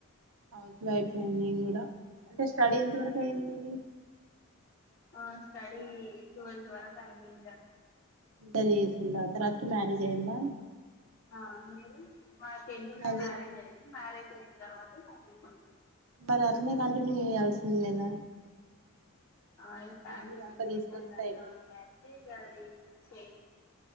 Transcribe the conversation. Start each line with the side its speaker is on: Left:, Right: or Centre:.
Right: హౌస్ వైఫ్ నేను కూడా అంటే స్టడీ ఎంత వరకు అయింది నీది
Left: ఆ స్టడి ట్వల్త్ వరకు అయింది ఇంటర్
Right: ఇంటర్ చేసిండ్రా తర్వాతకి మ్యారేజ్ అయిందా
Left: ఆ మీది మాది టెన్త్ లనే
Right: నాది
Left: మ్యారేజ్ అయింది మ్యారేజ్ అయిన తర్వాత చదుకుంన్న
Right: మరి అట్లనే కంటిన్యూ చేయయాల్సింది కదా
Left: ఆ ఇగ ఫ్యామిలీ
Right: డిగ్రీ దాకా
Left: సిట్యుయేషన్స్
Right: తీసుకొస్తే
Left: అట్లా
Right: అయిపో
Left: ఉంటాయి అంటే ఇగ ఆది సేమ్